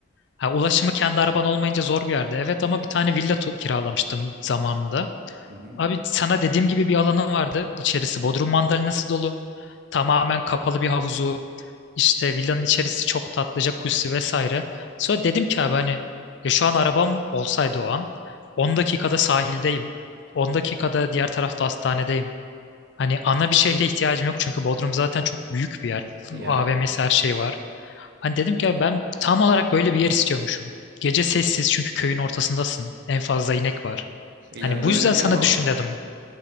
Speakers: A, on the left; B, on the right.
A: Ha, ulaşımı kendi araban olmayınca zor bir yerde. Evet ama bir tane villa tu- kiralamıştım zamanında.
B: Hı hı.
A: Abi sana dediğim gibi bir alanı vardı. İçerisi Bodrum mandalinası dolu. Tamamen kapalı bir havuzu. İşte villanın içerisi çok tatlıca kuşu vesaire. Sonra dedim ki abi hani ya şu an arabam olsaydı o an 10 dakikada sahildeyim. 10 dakikada diğer tarafta hastanedeyim. Hani ana bir şehre ihtiyacım yok çünkü Bodrum zaten çok büyük bir yer.
B: Yani
A: AVM'si her şey var. Hani dedim ki "Ya ben tam olarak böyle bir yer istiyormuşum. Gece sessiz çünkü köyün ortasındasın. En fazla inek var.
B: ileride
A: Hani bu
B: öyle
A: yüzden
B: bir
A: sana
B: yer mi alacak?
A: düşün dedim.